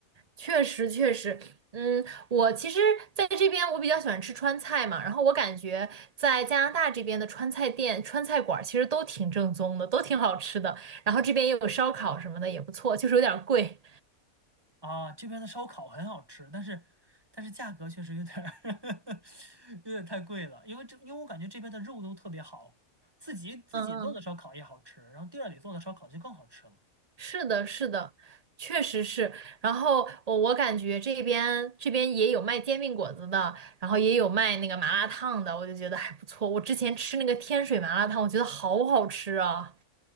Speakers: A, on the right (about 45°); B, on the right (about 15°).
A: 确实，确实，嗯，我其实在这边我比较喜欢吃川菜嘛，然后我感觉在加拿大这边的川菜店、川菜馆儿其实都挺正宗的，都挺好吃的。然后这边也有烧烤什么的，也不错，就是有点儿贵。
B: 啊。这边的烧烤很好吃，但是但是价格确实有点儿 <laughs> 有点太贵了，因为这因为我感觉这边的肉都特别好，自己自己做的烧烤也好吃，
A: 嗯嗯，
B: 然后店儿里做的烧烤就更好吃了。
A: 是的，是的，确实是。然后我我感觉这边这边也有卖煎饼果子的，然后也有卖那个麻辣烫的，我就觉得还不错。我之前吃那个天水麻辣烫，我觉得好好吃啊。